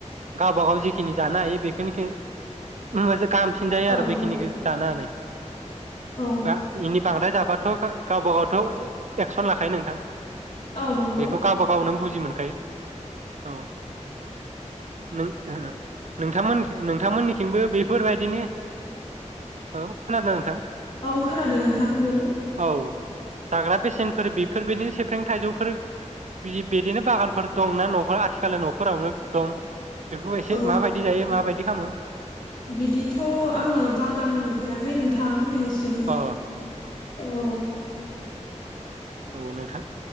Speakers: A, on the right; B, on the left.
A: गावबा गाव जिखिनि जाना हायो बेखिनिखो मोजा गाहामसिन जायो
B: औ
A: आरो बेखिनिखौ
B: नंगौ
A: जानो हानायखो
B: औ
A: बा इनि बांद्राय जाबाथगा गावबा गावथओइ एक्सन लाखायो नोंथां
B: औ नंगौ
A: बेखौ गावबा गावनो बुजि मोनखायो औ नों ओ नोंथांमोननिखै नोंथांमोननिथिंबो बे फोरबायदिनि औ खोनादों नोंथां
B: औ खोनादों नोंथां बुं
A: औ जाग्रा बेसेनफोर बेफोरबायदिनो सेफ्रें थाइजौफोर बिदि बिदिनो बागानफोर दंना नफोर आथिखालि नफोरावनो दं बेखौ एसे
B: औ
A: माबायदि जायो माबायद दि खामो
B: बिदिथ आंङो बागान नुफेराखै नोंथां दिनैसिम
A: अ
B: औ
A: औ नोंथां